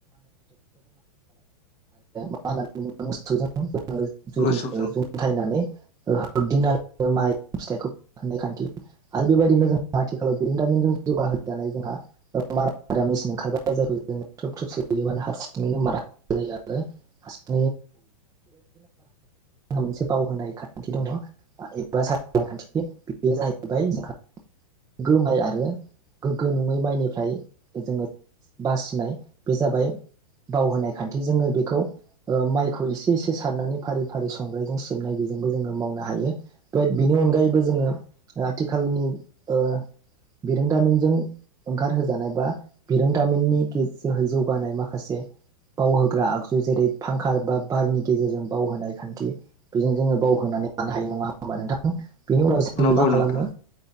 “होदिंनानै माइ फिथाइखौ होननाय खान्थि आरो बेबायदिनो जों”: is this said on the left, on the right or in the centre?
Right